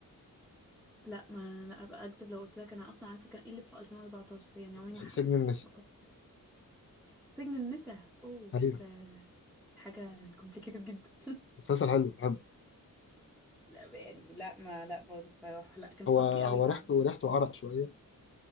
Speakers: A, in the centre; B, on the left.
A: لا ما لا ابقى اكذب لو قلت لك انا اصلا عارفة كان ايه اللي في 2014 يعني عمري
B: سجن
A: ما ح...
B: النساء
A: ما كنت- سجن النساء اوه
B: أيوة
A: ده حاجة complicated جدا <laughs>
B: مسلسل حلو بحبه
A: لا يعني لا ما لا برضه الصراحة لا كان
B: هو
A: قاسي
B: هو
A: قوي ما
B: ريحته
A: اعرفش
B: ريحته عرق شوية